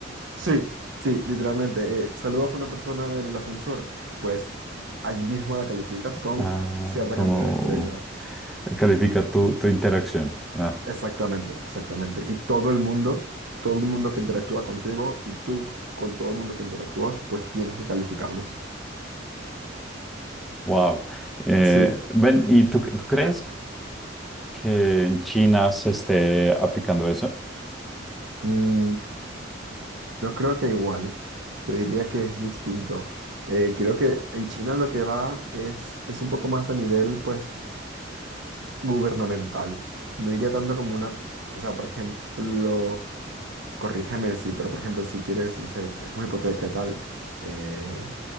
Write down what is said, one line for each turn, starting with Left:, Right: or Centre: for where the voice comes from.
Right: Sí,
Centre: <laughs>
Right: sí, literalmente. eh, saludas a una persona en el ascensor, pues allí mismo la calificas con
Centre: Ah,
Right: cierta
Centre: como
Right: cantidad de estrellas.
Centre: califica tu, tu interacción. Ah,
Right: Exactamente, exactamente. Y todo el mundo, todo el mundo que interactúa contigo y tú con todo el mundo que interactúas, pues tienes que calificarlos.
Centre: wow. Eh,
Right: Sí.
Centre: ven, ¿y tú, tú crees que que en China se esté aplicando eso?
Right: Mm. Yo creo que igual, te diría que es distinto. Eh, creo que en China lo que va es, es un poco más a nivel, pues, gubernamental. No diría tanto como una, o sea, por ejemplo, corrígeme si, pero por ejemplo, si quieres, no sé, una hipoteca y tal, eh,